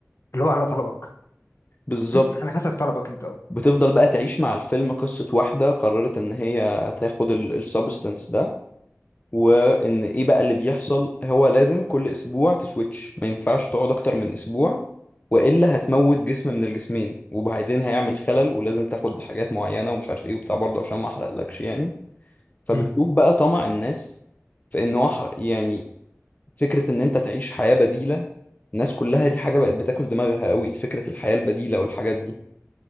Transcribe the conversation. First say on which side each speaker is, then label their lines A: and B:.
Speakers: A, on the left; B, on the left.
A: اللي هو على طلبك
B: بالظبط
A: على حسب طلبك انت اه
B: بتفضل بقى تعيش مع الفيلم قصة واحدة قررت ان هي تاخد السبستنس ده وان ايه بقى اللي بيحصل هو لازم كل اسبوع تسويتش ما ينفعش تقعد اكتر من اسبوع والا هتموت جسم من الجسمين وبعدين هيعمل خلل ولازم تاخد حاجات معينة ومش عارف ايه وبتاع برضه عشان ما احرقلكش يعني فبتشوف
A: امم
B: بقى طمع الناس في ان هو حر- يعني فكرة إن أنت تعيش حياة بديلة الناس كلها دي حاجة بقت بتاكل دماغها قوي فكرة الحياة البديلة والحاجات دي